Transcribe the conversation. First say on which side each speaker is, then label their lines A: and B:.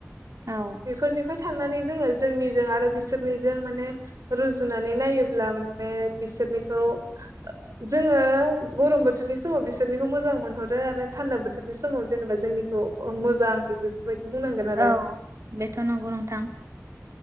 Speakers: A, on the right; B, on the right.
A: औ
B: बेफोरनिफ्राय थांनानै जोंङो जोंनिजों आरो बिसोरनि माने रुजुनानै नायोब्ला माने बिसोरनि जोंङो गरम बो बे समाव बिसोरनिखौ मोजां मोनहरो आरो थान्दा बोथोर बे समाव जेनेबा जोंनिखौ अ मोजांनि बे बुंनांगोन
A: औ बेथ' नंगौ नोंथां